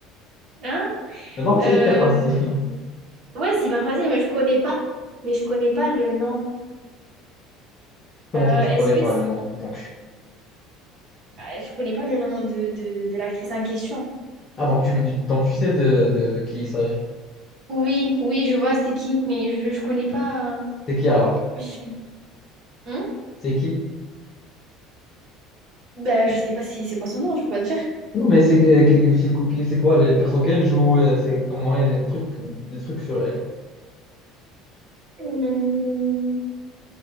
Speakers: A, on the right; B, on the left.
A: Hein?
B: <laughs> Donc
A: Euh,
B: c'est hyper facile.
A: Ouais, c'est hyper facile, mais je connais pas. Mais je connais pas le nom.
B: Comment
A: Euh,
B: ça, tu
A: est-ce
B: connais
A: que
B: pas
A: c'est...
B: le nom? Donc,
A: Ah, Je connais pas le nom de, de, de l'actrice en question.
B: ah, donc tu, donc tu sais de, de, de qui il s'agit.
A: Oui, oui, je vois c'est qui, mais je, je connais pas. euh,
B: C'est qui alors?
A: Je... Hein
B: C'est qui?
A: Bah, je sais pas si c'est quoi son nom, je peux pas te dire.
B: Non, mais c'est c'est c'est quoi c'est quoi les persos qu'elle joue? euh, C'est comment elle, les trucs, les trucs sur elle.
A: Hmm,